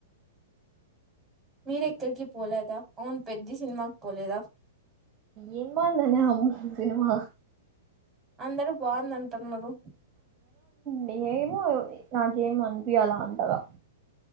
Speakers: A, on the right (about 15°); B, on the right (about 30°).
A: మీర ఎక్కడికి పోలేదా అవును పెద్ద సినిమాకి పోలేదా
B: ఏంముందని అమ్మూ సినిమా
A: అందరు బాగుందంటూన్నారు
B: న ఏమో నాకేమి అనిపిలా అంత గా